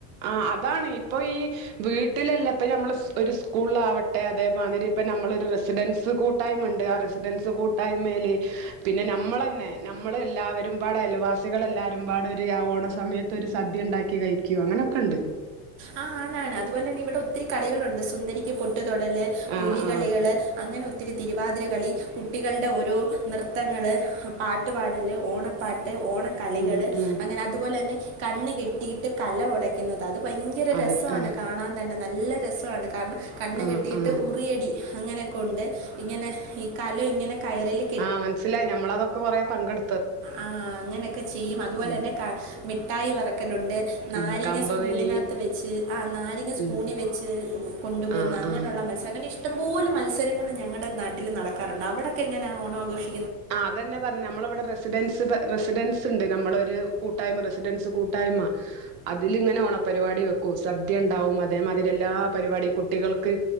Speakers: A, on the right (about 85°); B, on the right (about 35°).
A: ആഹ് അതാണ് ഇപ്പൊ ഈ വീട്ടിലല്ല ഇപ്പ നമ്മൾ ഒരു സ്കൂളിലാവട്ടെ അതേമാതിരി ഇപ്പ നമ്മള് ഒരു റെസിഡൻസ് കൂട്ടായ്മ ണ്ട് ആ റെസിഡൻസ് കൂട്ടായ്മേൽ പിന്നെ നമ്മൾ തന്നെ നമ്മൾ എല്ലാവരും വടെ അയല്വാസിക ളെല്ലാരും പാടെ ഒരു ആ ഓണ സമയത്ത് ഒരു സദ്യ ഉണ്ടാക്കി കഴിക്കും അങ്ങനൊക്കെണ്ട്.
B: ആ അതുപോലെ തന്നെ ഇവിടെ ഒത്തിരി കളികളുണ്ട് സുന്ദരിക്ക് പൊട്ടുതൊടീല് പുലികളികള്
A: ആ ആ
B: അങ്ങനെ ഒത്തിരി തിരുവാതിരകളി കുട്ടികളുടെ ഓരോ നൃത്തങ്ങൾ പാട്ടുപാടൽ ഓണപ്പാട്ട് ഓണക്കളികൾ
A: ഉം ഉം
B: അങ്ങനെ അതുപോലെ തന്നെ കണ്ണ് കെട്ടിയിട്ട് കലം ഒടക്കുന്നത് അത് ഭയങ്കര
A: അതെ
B: രസമാണ്
A: ആ
B: കാണാൻ തന്നെ നല്ല രസമാണ് കാരണം കണ്ണ്
A: ആ
B: കെട്ടിയിട്ട്
A: ആ
B: ഉറിയടി അങ്ങനൊക്കെ ഉണ്ട് ഇങ്ങനെ കലം ഇങ്ങനെ കയറിൽ
A: ആഹ് മനസ്സിലായി നമ്മളതൊക്കെ കൊറെ പങ്കെടുക്ക്
B: ആഹ് അങ്ങനൊക്കെ ചെയ്യും അതുപോലെ
A: ഉം
B: തന്നെ ക മിഠായി പെറുക്കലുണ്ട് നാരങ്ങ
A: ഉം കമ്പവലി
B: സ്പൂണിനാത്ത് വെച്ച് ആഹ് നാരങ്ങ സ്പൂണിൽ
A: ഉം
B: വെച്ച് കൊണ്ടുപോകുന്ന
A: ആ
B: അങ്ങനെയുള്ള
A: ആ
B: മത്സരം ഇഷ്ട ഇഷ്ടംപോലെ മത്സരങ്ങൾ ഞങ്ങടെ നാട്ടിൽ നടക്കാറുണ്ട് അവിടൊക്കെ എങ്ങനാ ഓണാഘോഷി
A: ആ അതന്നെ പറഞ്ഞെ നമ്മളിവിടെ റെസിഡൻസി റസിഡൻസ് ണ്ട് നമ്മളൊരു കൂട്ടായ്മ റസിഡൻസ് കൂട്ടായ്മ അതിലിങ്ങനെ ഓണപരിപാടി വെക്കും സദ്യ ഉണ്ടാവും അതേമാതിരി എല്ലാ പരിപാട്യും കുട്ടികൾക്ക്